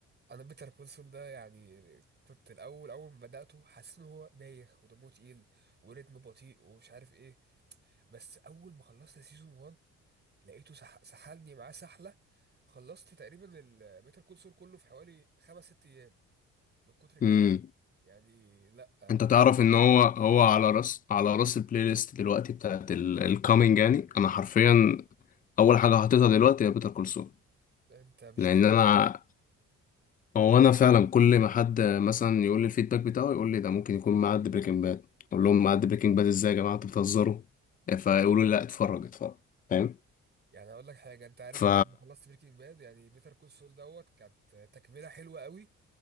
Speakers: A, on the right; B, on the left.
A: انا بيتر كونسون ده يعني كنت الاول اول ما بداته حاسس ان هو بايخ ودمه تقيل وريتم بطيء ومش عارف ايه بس اول ما خلصت سيزون 1 لقيته سح... سحلني معاه سحله خلصت تقريبا ال- بيتر كونسول كله في حوالي خمس ست ايام من كتر جماله
B: امم
A: يعني لا
B: انت
A: آه،
B: تعرف
A: مسلسل
B: ان
A: روعه
B: هو هو على راس على راس البلاي ليست دلوقتي بتاعت الكامينج يعني انا حرفيا اول حاجه حاططها دلوقتي هي بيتر كورسول
A: انت مش
B: لان
A: هتندم
B: انا هو انا فعلا كل ما حد مثلا يقول لي الفيدباك بتاعه يقول لي ده ممكن يكون معدي بريكنج باد اقول لهم معدي بريكنج باد ازاي يا جماعه انتوا بتهزروا فيقولوا لي لا اتفرج اتفرج فاهم
A: يعني اقول لك حاجه انت عارف
B: ف
A: انا لما خلصت بريكنج باد يعني بيتر كول سول دوت كانت تكمله حلوه قوي